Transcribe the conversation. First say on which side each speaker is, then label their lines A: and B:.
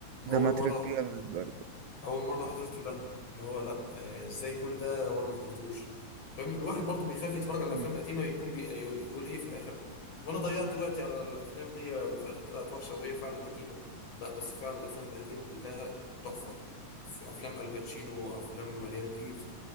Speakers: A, on the left; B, on the right.
A: اول
B: ده ماتريك
A: مره
B: جامد برضو
A: اول مره حضرته لا اللي هو لا آه، ازاي كل ده وانا ما حضرتوش فاهم الواحد برضه بيخاف يتفرج على الافلام
B: مم.
A: القديمه يكون بي... يقول ايه في الاخر وانا ضيعت وقتي على الافلام دي وفي الاخر طلعت وحشه وهي فعلا قديمه لا بس فعلا الافلام القديمه كلها تحفه في افلام الباتشينو وافلام ريانو كيفز